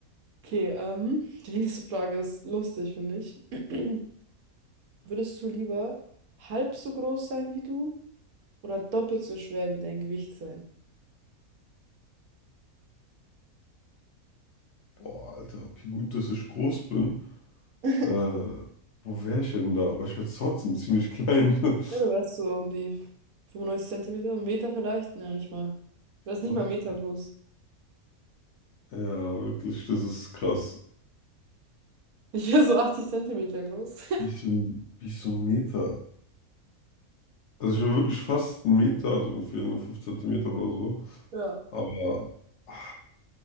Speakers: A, on the right (about 75°); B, on the left (about 60°).
A: Okay, ähm, die nächste Frage ist lustig, finde ich. <clears throat> Würdest du lieber halb so groß sein wie du oder doppelt so schwer wie dein Gewicht sein?
B: Boah, Alter, okay, gut, dass ich groß bin.
A: <laughs>
B: Äh, wo wäre ich denn da? Aber ich werde trotzdem ziemlich klein. <laughs>
A: Ja, du wärst so um die 95 Zentimeter, einen Meter vielleicht? Nein, nicht mal. Du wärst nicht
B: Fuck.
A: mal einen Meter groß. <laughs>
B: Ja, wirklich, das ist krass.
A: Ich wäre so 80 Zentimeter groß. <laughs>
B: Wie so ein, wie so ein Meter. Also ich war wirklich fast einen Meter, also mir fehlen nur 5 Zentimeter oder so.
A: Ja,
B: Aber ah,